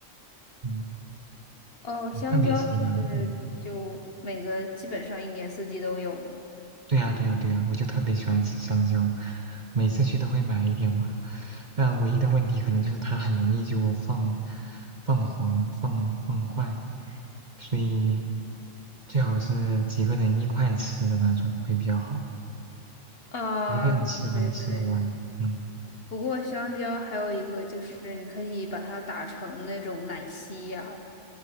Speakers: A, on the right; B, on the left.
A: 嗯，
B: 哦，
A: 我特别喜欢，
B: 香蕉也是，
A: 嗯，
B: 就每个基本上一年四季都有呢。
A: 对呀，对呀，对呀，我就特别喜欢吃香蕉，每次去都会买一点吧。但唯一的问题可能就是它很容易就放放黄、放放坏，所以最好是几个人一块吃的那种会比较好，
B: 啊，
A: 一个人吃可能吃不完。
B: 对对对。
A: 嗯
B: 不过香蕉还有一个就是你可以把它打成那种奶昔呀、